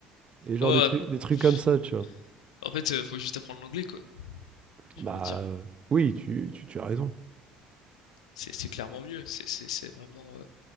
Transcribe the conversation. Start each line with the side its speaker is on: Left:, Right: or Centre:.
Right: et genre
Left: Oh,
Right: des trucs, des trucs
Left: pff,
Right: comme ça, tu vois.
Left: en fait, euh, faut juste apprendre l'anglais quoi. J'ai
Right: Bah
Left: envie de dire,
Right: euh, oui, tu, tu, tu as raison.
Left: c'est c'est clairement mieux. C'est c'est- c'est vraiment, euh,